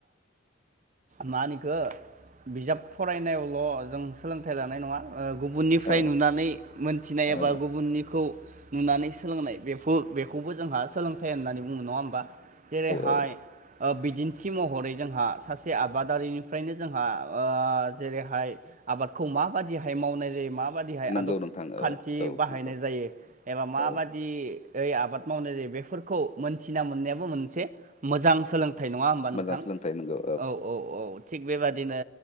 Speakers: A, on the right; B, on the left.
A: मा होनो इखो बिजाब फरायनायावल' जों सोलोंथाइ लानाय नङा गुबुननिफ्राय
B: औ
A: नुनानै मोनथिनाय एबा
B: औ
A: गुबुननिखौ नुनानै सोलोंनाय बे बेखौबो जोंहा सोलोंथाइ होननानै बुङो नङा होमबा? जेरैहाय
B: औ
A: बिदिन्थि महरै जोंहा सासे आबादारिनिफ्रायनो जोंहा जेरैहाय आबादखौ माबादिहाय मावनाय जायो मा? माबादिहाय
B: नंगौ
A: आदब
B: नोंथां
A: खान्थि
B: औ औ
A: बाहायनाय
B: नंगौ
A: जायो एबा माबादि।
B: औ
A: ओइ आबाद मावनाय जायो बेफोरखौ मोनथिना मोननायाबो मोनसे। मोजां सोलोंथाइ नङा होनबा नोंथां
B: मोजां सोलोंथाइ नांगौ
A: औ औ औ थिग बेबादिनो।